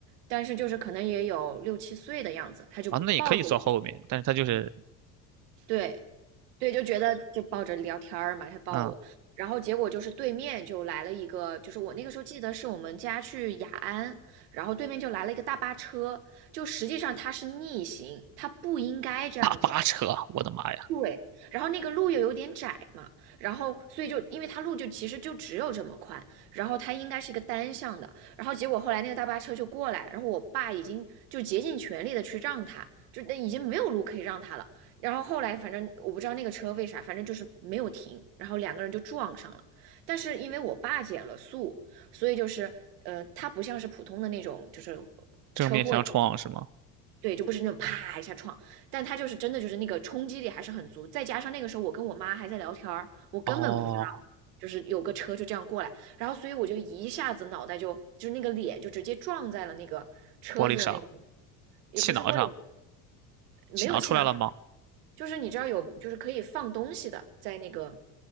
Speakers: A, on the right; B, on the right.
A: 但是就是可能也有六七岁的样子，他就抱着我，
B: 啊，那也可以坐后面，但是它就是
A: 对，对，就觉得就抱着聊天儿嘛，他抱我，
B: 啊、
A: 然后结果就是对面就来了一个，就是我那个时候记得是我们家去雅安，然后对面就来了一个大巴车，就实际上它是逆行，它不应该这样走，
B: 大巴车，我的妈呀，
A: 对，然后那个路又有点窄嘛，然后所以就因为它路就其实就只有这么宽，然后它应该是一个单向的，然后结果后来那个大巴车就过来，然后我爸已经就竭尽全力的去让他，就那已经没有路可以让他了，然后后来反正我不知道那个车为啥，反正就是没有停，然后两个人就撞上了，但是因为我爸减了速，所以就是呃，他不像是普通的那种就是
B: 正面相撞是吗？
A: 车祸。对，就不是那种啪一下撞，但他就是真的就是那个冲击力还是很足，再加上那个时候我跟我妈还在聊天儿，我根本不知道，
B: 哦，
A: 就是有个车就这样过来，然后所以我就一下子脑袋就就是那个脸就直接撞在了那个车子的那个，
B: 玻璃上，
A: 也不是玻璃，
B: 气囊上，气囊出来了吗？
A: 没有气囊，就是你知道有就是可以放东西的，在那个